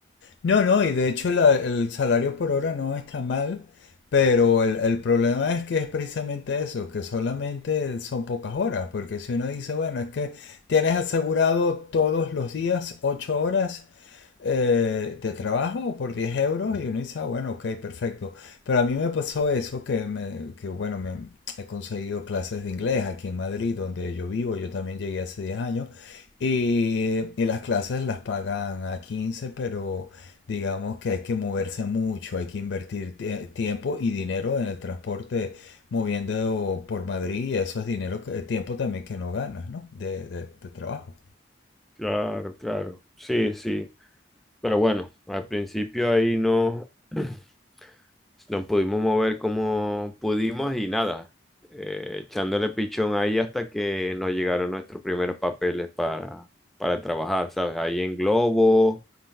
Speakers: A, on the left (about 70°); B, in the centre.
A: No, no, y de hecho la- el salario por hora no está mal, pero el, el problema es que es precisamente eso, que solamente son pocas horas, porque si uno dice, bueno, es que tienes asegurado todos los días ocho horas eh, de trabajo por 10 euros y uno dice, ah, bueno, ok, perfecto. Pero a mí me pasó eso, que, me, que bueno, me he conseguido clases de inglés aquí en Madrid, donde yo vivo, yo también llegué hace 10 años, y, y las clases las pagan a 15 pero Digamos que hay que moverse mucho, hay que invertir tie- tiempo y dinero en el transporte moviendo por Madrid y eso es dinero, que- eh, tiempo también que no ganas, ¿no? De, de- de trabajo.
B: Claro, claro, sí, sí. Pero bueno, al principio ahí no, <clears throat> nos pudimos mover como pudimos y nada, eh, echándole pichón ahí hasta que nos llegaron nuestros primeros papeles para, para trabajar, ¿sabes? Ahí en Globo